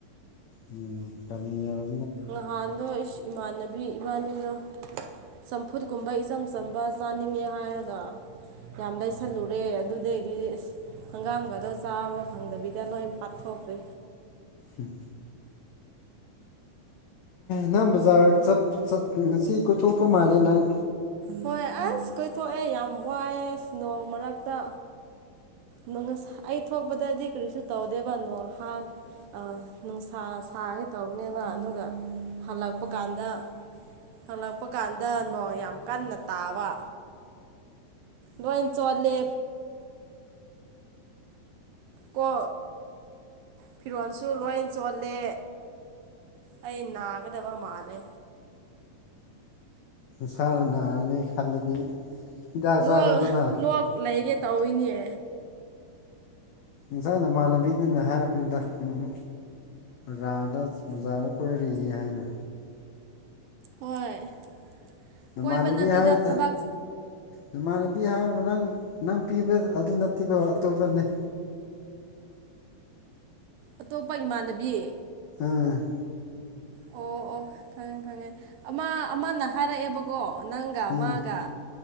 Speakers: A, on the left; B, on the right.
A: ꯎꯝ ꯀ ꯌꯥꯣ
B: ꯅꯍꯥꯟꯗꯣ ꯏꯁ ꯏꯃꯥꯟꯅꯕꯤ ꯏꯕꯥꯅꯤꯗꯣ ꯆꯝꯐꯨꯠꯀꯨꯝꯕ ꯏꯆꯝ ꯆꯝꯕ ꯆꯥꯅꯤꯡꯉꯦ ꯍꯥꯏꯔꯒ ꯌꯥꯝ ꯂꯩꯁꯜꯂꯨꯔꯦ ꯑꯗꯨꯗꯩꯗꯤ ꯑ ꯍꯪꯒꯥꯝꯒꯗꯣ ꯆꯥꯝꯕ ꯐꯪꯗꯕꯤꯗ ꯂꯣꯏ ꯄꯥꯊꯣꯛꯇꯦ
A: ꯎꯝ ꯅꯪ ꯕꯖꯥꯔ ꯉꯁꯤ ꯀꯣꯏꯊꯣꯛꯄ ꯃꯥꯜꯂꯦ ꯅꯪ
B: ꯍꯣꯏ ꯑꯁ ꯀꯣꯏꯊꯣꯛꯑꯦ ꯌꯥꯝ ꯋꯥꯏꯑꯦ ꯑꯁ ꯅꯣꯡ ꯃꯔꯛꯇ ꯅ ꯉꯁ ꯑꯩ ꯊꯣꯛꯄꯗꯗꯤ ꯀꯔꯤꯁꯨ ꯇꯧꯗꯦꯕ ꯅꯣꯥꯟ ꯅꯨꯡꯁꯥ ꯁꯥꯒꯦ ꯇꯧꯕꯅꯦꯕ ꯑꯗꯨꯒ ꯍꯜꯂꯛꯄ ꯀꯥꯟꯗ ꯍꯂ ꯏꯄ ꯀꯥꯟꯗ ꯅꯣ ꯀꯟꯅ ꯇꯥꯕ ꯂꯣꯏ ꯆꯣꯂꯦ ꯀꯣ ꯐꯤꯔꯣꯜꯁꯨ ꯂꯣꯏ ꯆꯣꯠꯂꯦ ꯑꯩ ꯏꯅꯥꯒꯗꯕ ꯃꯥꯂꯦ
A: ꯁꯔ ꯅꯅꯥꯅꯦ ꯈꯂꯗꯤ ꯍꯤꯗꯥꯛ
B: ꯂꯣꯛ
A: ꯆꯥꯔꯨꯗꯅ
B: ꯂꯣꯛ ꯂꯩꯒꯦ ꯇꯧꯋꯤꯅꯦ
A: ꯏꯁꯟꯁꯥ ꯅꯃꯥꯟꯅꯕꯤꯅꯤꯅ ꯍꯥꯏꯔꯛꯄꯅꯤꯗ ꯎꯝ ꯖꯥꯗ ꯕꯖꯥꯗ ꯀꯣꯏꯔꯤ ꯍꯥꯏꯅ
B: ꯍꯣꯏ
A: ꯅꯃꯥꯟꯅꯕꯤ
B: ꯀꯣꯏꯕ ꯅꯠꯇꯦꯗ
A: ꯍꯥꯏ
B: ꯊꯕꯛ
A: ꯅꯃꯥꯟꯅꯕꯤ ꯍꯥꯏꯕ ꯅꯪ ꯅꯪ ꯄꯤꯕ ꯑꯗꯨ ꯅꯠꯇꯦꯀꯣ ꯑꯇꯣꯞꯄꯅꯤ
B: ꯑꯇꯣꯞꯄ ꯏꯃꯥꯟꯅꯕꯤ
A: ꯑꯝ
B: ꯑꯣ ꯑꯣ ꯈꯪꯉꯦ ꯈꯪꯉꯦ ꯑꯃ ꯑꯃꯅ ꯍꯥꯏꯔꯛꯑꯦꯕꯀꯣ ꯅꯪꯒ
A: ꯑꯥ
B: ꯃꯥꯒ